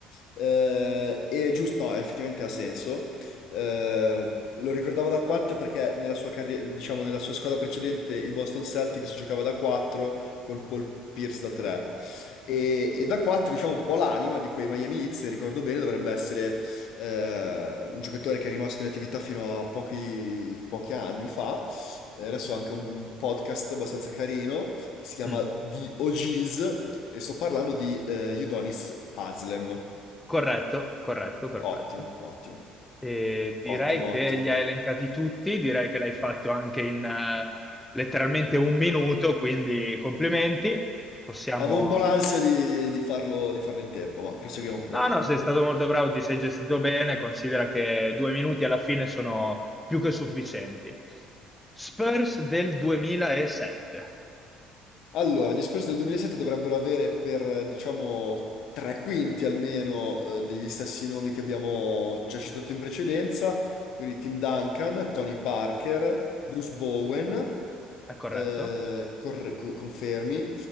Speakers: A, on the left; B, in the centre.
A: Eh, e giusto, no, effettivamente ha senso. Eh, lo ricordavo da 4 perché nella sua carriera, diciamo, nella sua squadra precedente, i Boston Celtics giocava da 4 con Paul Pierce da 3. E, e da 4, diciamo, un po' l'anima di quei Miami Heat, se ricordo bene, dovrebbe essere eh, un giocatore che è rimasto in attività fino a pochi, pochi anni fa. Eh, Adesso ha anche un podcast abbastanza carino che si chiama
B: Mm.
A: The OGs e sto parlando di eh, Udonis Haslem.
B: Corretto, corretto, perfetto.
A: Ottimo, ottimo,
B: E direi
A: ottimo,
B: che
A: ottimo.
B: li hai elencati tutti, direi che l'hai fatto anche in eh, letteralmente un minuto, quindi complimenti. Possiamo
A: Avevo un po' l'ansia di, di farlo, di farlo in tempo, ma proseguiamo pure.
B: No, no, sei stato molto bravo, ti sei gestito bene, considera che due minuti alla fine sono più che sufficienti. Spurs del 2007,
A: Allora, gli Spurs del 2007 dovrebbero avere per, eh, diciamo, tre quinti almeno eh, degli stessi nomi che abbiamo già citato in precedenza, quindi Tim Duncan, Tony Parker, Bruce Bowen,
B: è corretto?
A: eh, corre- co- confermi,